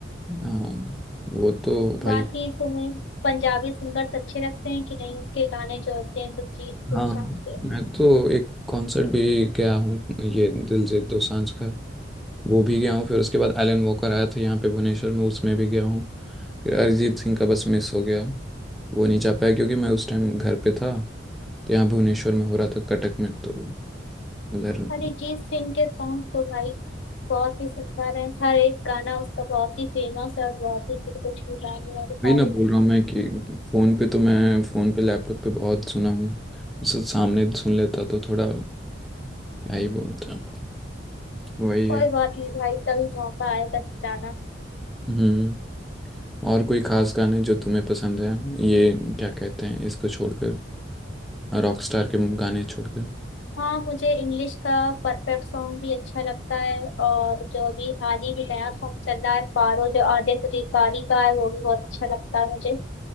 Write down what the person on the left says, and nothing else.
बाकी तुम्हें पंजाबी सिंगर्स अच्छे लगते हैं कि नहीं उनके गाने जो होते हैं तो जीत के
शाम के
अरिजीत सिंह के सॉन्ग तो भाई बहुत ही सुंदर है हर एक गाना उसका बहुत ही फेमस है और बहुत ही दिल को छू जाने वाले सारे
गाने
कोई
बात नहीं भाई कभी मौका आएगा तो जाना
हाँ मुझे इंग्लिश का परफेक्ट सॉन्ग भी अच्छा लगता है और जो अभी हाल ही में नया सॉन्ग चल रहा है पारो जो आदित्य तिवारी का है वो भी बहुत अच्छा लगता है मुझे